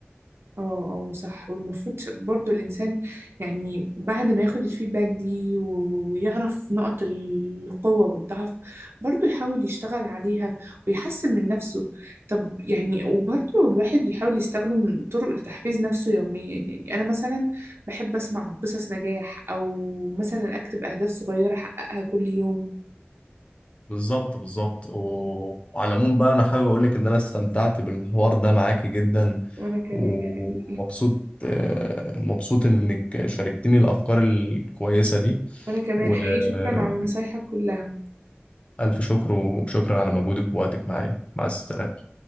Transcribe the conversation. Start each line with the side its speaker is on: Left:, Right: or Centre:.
Right: اه اه صح والمفروض برضو الإنسان يعني بعد ما ياخد الفيدباك دي و- و- ويعرف نقط القوة والضعف برضو يحاول يشتغل عليها ويحسن من نفسه طب يعني وبرضو الواحد بيحاول يستخدم طرق لتحفيز نفسه يوميا يعني أنا مثلا بحب أسمع قصص نجاح أو مثلا أكتب أهداف صغيرة أحققها كل يوم
Left: بالظبط بالظبط و- وعلى العموم بقى انا حابب اقول لك ان انا استمتعت بالحوار ده معاكي جدا
Right: وأنا كمان
Left: ومبسوط
Right: حقيقي
Left: آه، مبسوط انك شاركتني الافكار الكويسة دي
Right: وأنا كمان
Left: والف
Right: حقيقي شكرا على نصايحك كلها
Left: شكر وشكرا على مجهودك ووقتك معايا مع السلامة